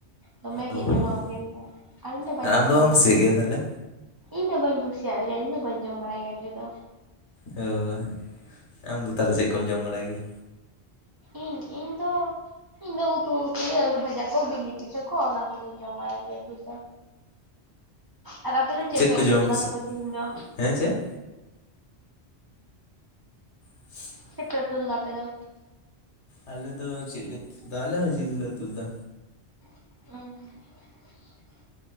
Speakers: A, on the right (about 30°); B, on the left (about 80°).
A: ᱫᱚᱢᱮ
B: ᱚ
A: ᱠᱤᱱ ᱧᱚᱢᱟ ᱩᱝᱠᱤᱱ ᱫᱚ ᱟᱞᱤᱧ ᱫᱚ ᱵᱟᱞᱤᱧ
B: ᱟᱨ ᱟᱢ
A: ᱧᱚᱢᱟ
B: ᱵᱟᱢ
A: ᱰᱷᱮᱨ
B: ᱠᱩᱥᱤᱭᱟᱜ
A: ᱫᱚ,
B: ᱜᱮᱭᱟ ᱛᱟᱦᱚᱞᱮ?
A: ᱤᱧ ᱫᱚ ᱵᱟᱹᱧ ᱠᱩᱥᱤᱭᱟᱜ ᱜᱮᱭᱟ ᱤᱧ ᱫᱚ ᱵᱟᱹᱧ ᱡᱚᱢ ᱵᱟᱲᱟᱭ ᱜᱮᱭᱟ <inaudible> ᱫᱚ,
B: ᱦᱳᱭ, ᱟᱢ ᱫᱚ ᱛᱟᱦᱚᱞᱮ ᱪᱮᱫ ᱠᱚᱢ ᱡᱚᱢ ᱵᱟᱲᱟᱭ ᱜᱮᱭᱟ?
A: ᱤᱧ, ᱤᱧ ᱫᱚ ᱤᱧ ᱫᱚ ᱩᱛᱩ ᱠᱚᱜᱮ ᱟᱞᱩ ᱵᱷᱟᱡᱟ ᱠᱚ ᱵᱤᱞᱤ ᱯᱤᱴᱷᱟᱹ ᱠᱚ ᱚᱱᱟ ᱠᱚᱜᱤᱧ ᱡᱚᱢ ᱵᱟᱲᱟᱭ ᱡᱩᱫ ᱫᱚ, ᱟᱨ ᱟᱯᱮ ᱪᱮᱫ ᱯᱮ
B: ᱠᱚ
A: ᱩᱛᱩ
B: ᱡᱚᱢᱮᱢ
A: ᱞᱮᱫᱟ
B: ᱠᱩᱥᱤᱜ
A: ᱛᱚᱵᱮ ᱛᱮᱦᱤᱧ ᱫᱚ?
B: ᱦᱮᱸ ᱪᱮᱫ? <inaudible>
A: ᱪᱮᱫ ᱯᱮ ᱩᱛᱩ ᱞᱮᱫᱟ ᱟᱯᱮ ᱫᱚ?
B: ᱟᱞᱮ ᱫᱚ ᱪᱮᱫ ᱞᱮ ᱩᱛᱩ ᱞᱮᱫᱟ ᱟᱞᱮ ᱦᱚᱸ ᱡᱤᱞ ᱜᱮᱞᱮ ᱩᱛᱩ ᱞᱮᱫᱟ,
A: ᱚᱸᱝ,